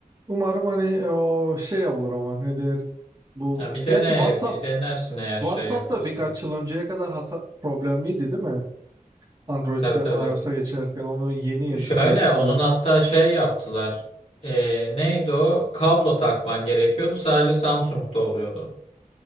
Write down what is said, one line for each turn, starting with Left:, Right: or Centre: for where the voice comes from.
Right: umarım hani e, o şey olur ama ne der bu
Left: Ha, bir dene,
Right: gerçi WhatsApp
Left: bir denersin eğer
Right: WhatsApp
Left: şey yaparsa.
Right: da birkaç yıl önceye kadar hata, problemliydi değil mi? Android'den
Left: Tabii tabii.
Right: iOS'a geçerken onu yeni yeni
Left: Şöyle
Right: düzelttiler.
Left: onun hatta şey yaptılar. E, neydi o? Kablo takman gerekiyordu. Sadece Samsung'da oluyordu.